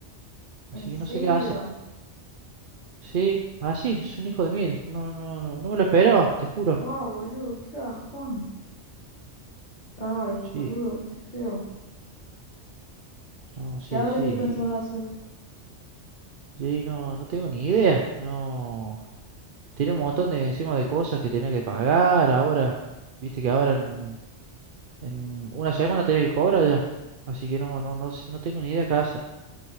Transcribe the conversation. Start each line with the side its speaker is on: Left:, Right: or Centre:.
Right: Así
Left: ¿En serio?
Right: que no sé qué hacer. Sí, así, es un hijo de mil. No, no, no, no me lo esperaba, te juro.
Left: ¡Wow, boludo! ¡Qué bajón! Ay,
Right: Sí.
Left: boludo, qué feo.
Right: No, sí,
Left: ¿Y ahora
Right: sí.
Left: qué pensás hacer?
Right: Sí, no, no tengo ni idea. No. Tiene un montón de encima de cosas que tenía que pagar ahora. Viste que ahora en, en una semana tenía que cobrar ya. Así que no, no, no, sé- no tengo ni idea qué hacer.